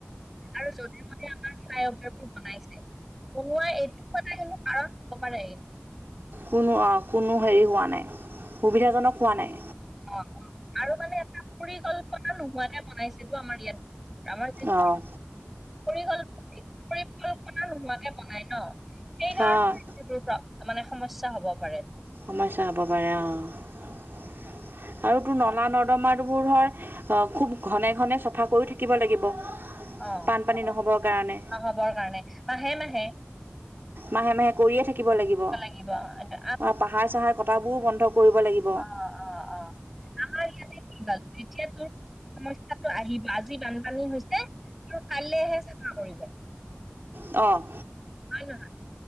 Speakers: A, in the centre; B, on the right (about 55°).
A: আৰু যদিও মানে আমাৰ ফ্লাই অভাৰ বোৰ বনাইছে- বনোৱা এইটো কথা কিন্তু কাৰণ হ'ব পাৰে।
B: কোনো অঁ' কোনো হেৰি হোৱা নাই সুবিধাজনক হোৱা নাই।
A: অঁ' অঁ আৰু মানে এটা পৰিকল্পনা নোহোৱাকে বনাইছেতো আমাৰ ইয়াত। আমাৰ যি
B: অঁ
A: পৰিকল্প <unintelligible> পৰিকল্পনা নোহোৱাকে বনাই ন'। সেই
B: হয়
A: কাৰণে <unintelligible> এইবোৰ মানে সমস্যা হ'ব পাৰে।
B: সমস্যা হ'ব পাৰে অঁ আৰু তোৰ নলা-নদমাৰ বোৰ ধৰ খুব ঘনে ঘনে চাফা কৰি থাকিব লাগিব।
A: অ
B: বানপানী
A: অ,
B: নহ'বৰ কাৰণে।
A: নহ'বৰ কাৰণে মাহে মাহে
B: মাহে মাহে কৰিয়ে থাকিব লাগিব।
A: কিবা এটা।
B: পাহাৰ চাহাৰ কটাবোৰো বন্ধ কৰিব লাগিব।
A: অ', অ', অ', আমাৰ ইয়াতে কি ওলাল? যেতিয়া তোৰ সমস্যাটো আহিবি, আজি বানপানী হৈছে, তোৰ কাইলৈহে চাফা কৰিব। <inaudible>
B: অ'।
A: হয় নে নহয়?